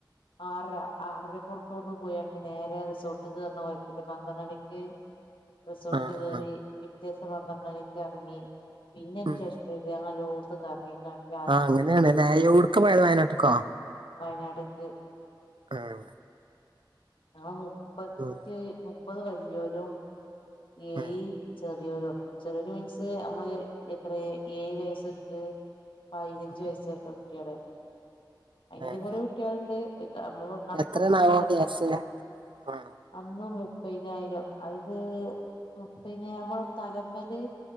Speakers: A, on the left; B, on the right.
A: ആറര ആറരക്ക് <unintelligible> പോയണ്ട് നേരെ റിസോർട്ട് കേയറണ <unintelligible> പന്ത്രണ്ട് മണിക്ക് റിസോർട്ട്
B: ആഹ്
A: കെറി
B: ആഹ്
A: പിറ്റേസം പന്ത്രണ്ടണിക്ക് എറങ്ങി പിന്ന അയിന്
B: ഉം
A: ശേഷം <unintelligible> എല്ലടോത്തും കറങ്ങി ക
B: ആഹ് അങ്ങനെയാണ്ല്ലേ യോട്ക്ക് പോയ വയനാട്ട്ക്കോ?
A: വയനാട്ക്ക്.
B: ഉം.
A: ഞങ്ങള് മുപ്പത്തി
B: ഉം
A: മുപ്പത് വല്ല്യോലും ഏയ്
B: ഉം
A: ചെറിയൊരൊ ചെറിയൊര് മീൻസ് നമ്മള് എത്ര ഏയ് വയസ് റ്റ് പയ്നഞ്ചു
B: ഉം
A: വയസ്സ് വരെള്ള കുട്ടികള് അയിനേടെ
B: ആഹ്
A: കൊറേ
B: ആഹ്
A: കുട്ടികാള്ണ്ട് ആയിത്തെ അമ്മ. കണക്ക്
B: എത്രേണാവോ
A: കൊടുക്കുമ്പണ്ടല്ലോ
B: ക്യാഷ് ആഹ്
A: അന്ന് മുപ്പയ്നായ്രം അത് മുപ്പ പിന്നെ നമ്മളെ തലമ്മല്